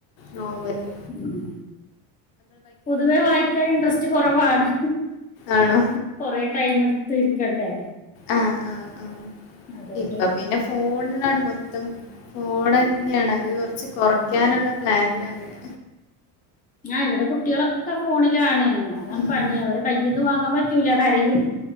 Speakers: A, on the left; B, on the left.
A: നോവെല്.
B: ഉം പൊതുവേ വായിക്കാന് ഇൻട്രസ്റ്റ് കൊറവാണ്
A: ആണോ
B: കൊറേ ട്ടയ്മ് ഇട്ത്ത് ഇര്ക്കണ്ടേ
A: ആഹ് ആഹ് ആഹ്
B: അതുകൊണ്ട്
A: ഇപ്പൊ പിന്നെ ഫോണിലാണ് മൊത്തം ഫോണെന്നെണ് അത് കുറച്ച് കുറയ്ക്കാനുള്ള പ്ലാനിലാണ് ഞാ
B: ആഹ് ഇവടെ കുട്ടികളൊക്കെ ഫോണിലാണ് അതാണ്
A: ഉം
B: പണി അവരെ കയ്യിൽന്ന് വാങ്ങാൻ പറ്റൂല കരയും